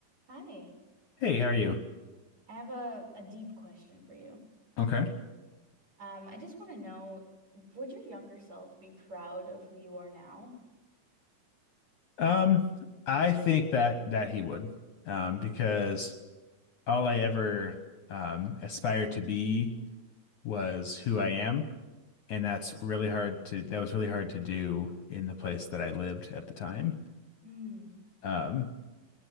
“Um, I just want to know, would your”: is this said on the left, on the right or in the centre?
Right